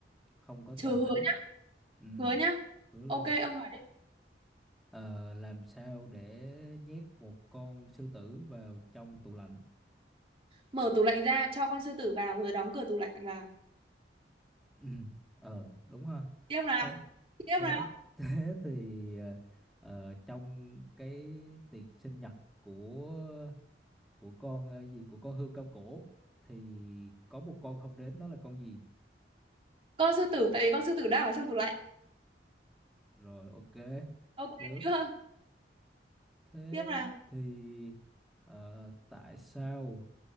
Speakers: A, in the centre; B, on the right.
A: không có
B: trừ
A: cần
B: hứa
A: tính
B: nhá,
A: ừ
B: hứa nhá.
A: hứa luôn
B: Ok, ông hỏi đi.
A: Ờ, làm sao để nhét một con sư tử vào trong tủ lạnh? <clears throat>
B: Mở tủ lạnh ra cho con sư tử vào rồi đóng cửa tủ lạnh vào.
A: Ừ, Ờ, đúng ha.
B: Tiếp nào,
A: Thế
B: tiếp
A: thế
B: nào.
A: <laughs> thế thì ờ, ờ, trong cái tiệc sinh nhật của của con ờ, gì của con hươu cao cổ thì có một con không đến nó là con gì?
B: Con sư tử tại vì con sư tử đang ở trong tủ lạnh.
A: Rồi ok,
B: Ok
A: được.
B: chưa?
A: Thế
B: Tiếp nào.
A: thì ờ, tại sao